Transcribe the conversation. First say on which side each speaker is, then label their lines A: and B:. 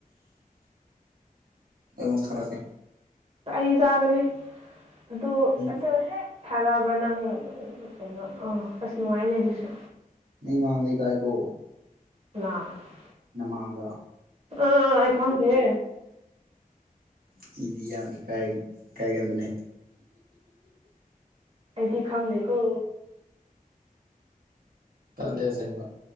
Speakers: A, on the right (about 85°); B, on the right (about 40°).
A: ꯑꯃꯁꯨꯡ ꯊꯔ ꯀꯦ
B: ꯑꯏꯖꯒꯅꯦ ꯑꯗꯨ
A: ꯃꯤ
B: ꯑꯗꯨꯗ ꯍꯦꯛ ꯊꯥꯔꯛꯑꯕ ꯅꯪ ꯀꯩꯅꯣ ꯑꯥ ꯑꯁ ꯅꯨꯡꯉꯥꯏꯅꯦ ꯑꯗꯨꯁꯨ
A: ꯅ ꯃꯥꯥꯟꯗ ꯀꯥꯏꯀꯣ
B: <unintelligible>
A: ꯅꯃꯒ
B: ꯑꯥ ꯑꯩ ꯈꯪꯗꯦꯍꯦ
A: ꯑꯩꯗꯤ ꯌꯥꯝ ꯏꯀꯥꯏ ꯏꯀꯥꯏꯒꯕꯅꯦ
B: ꯑꯗꯤ ꯈꯪꯗꯀꯣ
A: ꯀꯠꯂꯦꯁꯦꯕ